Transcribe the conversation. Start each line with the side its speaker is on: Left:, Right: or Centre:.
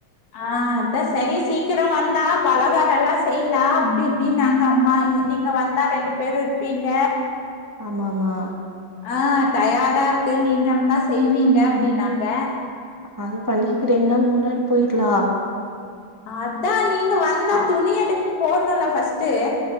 Left: அ அதா சரி சீக்கிர வந்தா பலகார எல்லா செய்யலா அப்டி இப்டின்னாங்க அம்மா எ நீங்க வந்தா ரெண்டு பேரு இருப்பீங்க
Right: ஆமாமா
Left: அ டயர்டா இருக்கு நீங்க இருந்தா செய்வீங்க அப்டின்னாங்க
Right: அது பண்டிகைக்கு ரெண்டு நாள் முன்னாடி போயிக்கலா
Left: அதா நீங்க வந்தா
Right: ஆ
Left: துணி எடுக்க போணும்ல ஃபஸ்ட்டு